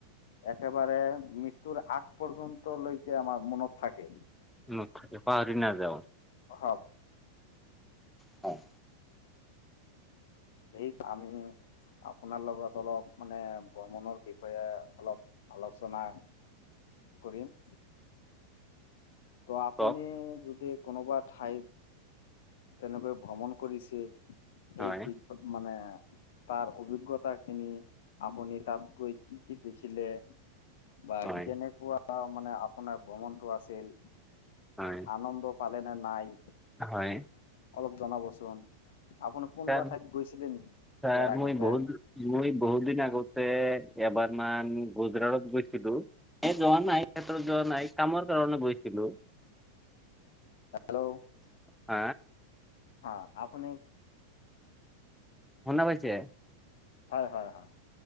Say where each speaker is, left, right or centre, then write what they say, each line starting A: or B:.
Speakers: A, on the left; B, in the centre.
A: একেবাৰে মৃত্যুৰ আগ পৰ্যন্তলৈকে আমাৰ মনত থাকে।
B: মনত থাকে, পাহৰি নাযাওঁ।
A: হয়।
B: হয়
A: ৰিক আমি আপোনাৰ লগত অলপ মানে ভ্ৰমণৰ বিষয়ে অলপ আলোচনা কৰিম। ত' আপুনি
B: কওক
A: যদি কোনোবা ঠাইত তেনেকৈ ভ্ৰমণ কৰিছিল সেই
B: হয়
A: দিশত মানে তাৰ অভিজ্ঞতা খিনি আপুনি তাত গৈ কি কি দেখিলে বা
B: হয়
A: কেনেকুৱা মানে আপোনাৰ ভ্ৰমণটো আছিল,
B: হয়
A: আনন্দ পালে নে নাই।
B: হয়।
A: অলপ জনাবচোন। আপুনি কোনোবা
B: ছাৰ,
A: ঠাইত গৈছিলে নেকি
B: ছাৰ
A: ইয়াৰ আগতে
B: মই বহুত, মই বহুত দিন আগতে এবাৰ মমান গুজৰাটত গৈছিলো। এ, যোৱা নাই ক্ষেত্ৰত যোৱা নাই। কামৰ কাৰণে গৈছিলো।
A: হেল্ল'?
B: হ
A: হা আপনি
B: শুনা পাইছে।
A: হয়, হয়, হয়।